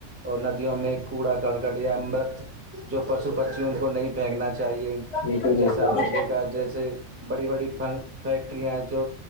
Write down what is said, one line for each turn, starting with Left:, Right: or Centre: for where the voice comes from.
Right: اور ند میں کوڑا کرکٹ یا م مرت جو پشو پچی ان کو نہیں پھینکنا چاہیے
Left: بالکل بالکل بالکل
Right: جیسے آپ نے دیکھا جیسے بڑی بڑی فیکٹریاں جو